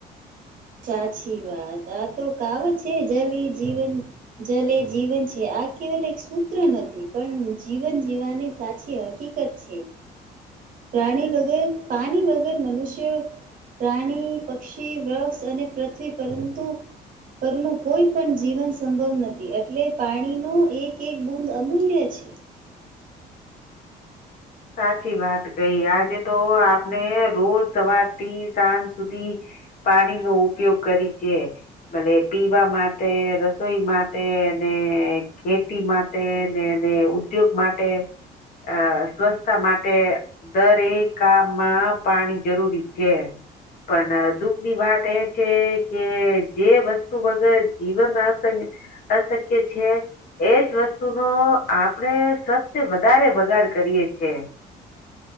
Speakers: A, on the right; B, on the left.
A: સાચી વાત આ તો કાવ છે જલ જીવન જલે જીવન છે આ કેવલ એક સૂત્ર નથી પણ જીવન જીવવાની સાચી હકીકત. પક્ષી પ્રાણી વગેર પાણી વગર મનુષ્ય પ્રાણી પક્ષી વૃક્ષ અને પૃથ્વી પરંતુ પરનું કોઈ પણ જીવન સંભવ નથી એટલે પાણીનો એક એક બુંદ અમૂલ્ય છે.
B: સાચી વાત કઈ આજે તો આપને રોજ સવાર થી સાંજ સુધી પાણી નો ઉપયોગ કરી છે. ભલે પીવા માટે રસોઈ માટે અને ખેતી માટે એ ને ઉદ્યોગ માટે અ સ્વસ્થ માટે દરેક કામમાં પાણી જરૂરી છે પણ દુઃખ ની વાત એ છે કે જે વસ્તુ વગર જીવન અસ અશક્ય છે એજ વસ્તુનો આપણેે સબસે વધારે બગાડ કરીએ છે